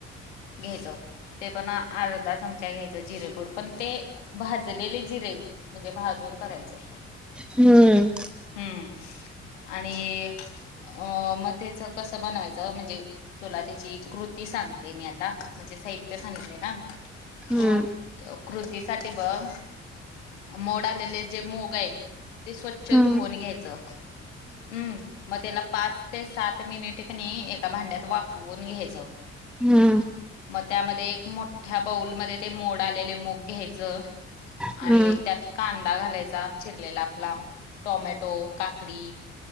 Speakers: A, on the left (about 75°); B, in the centre.
A: घ्यायचं ते पण अर्धा चमचा घ्यायचा जिरेपूड पण ते भाजलेले जिरे, म्हणजे भाजून करायचं.?
B: हम्म.
A: हम्म. आणि अ, म त्याच कस बनवायचं म्हणजे तुला त्याची कृती सांगते. मी आता म्हणजे साहित्य सांगितले ना?
B: हम्म
A: क्रू कृतीसाठीठी बघ मोड, आलेले जे मोग आहेत? ते स्वच्छ
B: हम्म
A: धुवन घ्यायचं? हम्म, मग त्याला पाच ते सात मिनिटनी एका भांड्यात वाफवून घ्यायचं.
B: हम्.
A: मग त्यामध्ये एक मोठ्या बाऊलमध्येध्ये ते मोड आलेले मूग घ्यायचं. आणि
B: हम्म
A: त्यात कां दा घालायचा. चिरलेला आपला. टोमॅटो, काकडी